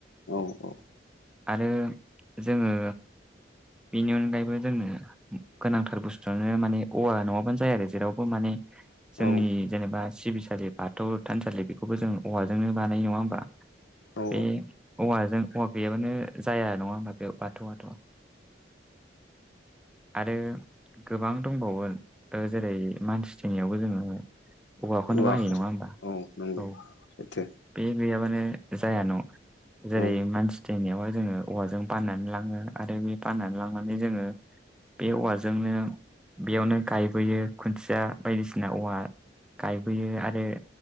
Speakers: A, on the left (about 85°); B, in the centre.
A: औ औ
B: आरो जोङो बेनि अनगायैबो जोङो गोनांथार बुस्थुआनो माने औवा नङाबानो जाया आरो जेरावबो माने जोंनि
A: औ
B: जेनेबा सिबिसालि बाथौ थानसालि बेखौबो जों औवाजोंनो बानाय नङा होमबा?
A: औ
B: बे औवाजों औवा गैयाबानो जाया नङा होमा बे बाथौवाथ'। आरो गोबां दंबावो जेरै मानसि थैनायावबो जोङो औवाखौनो
A: औवाखौ
B: बाहायो नङा होमबा?
A: औ नंगौ
B: औ।
A: <unintelligible>
B: बे गैयाबानो जाया न' जेरै
A: औ
B: मानसि थै नायावहाय जोङो औवाजों बाननानै लाङो आरो बे बाननानै लांनानै जोङो बे औवाजोंनो बेयावनो गायबोयो खुन्थिया बायदिसिना औवा गायबोयो आरो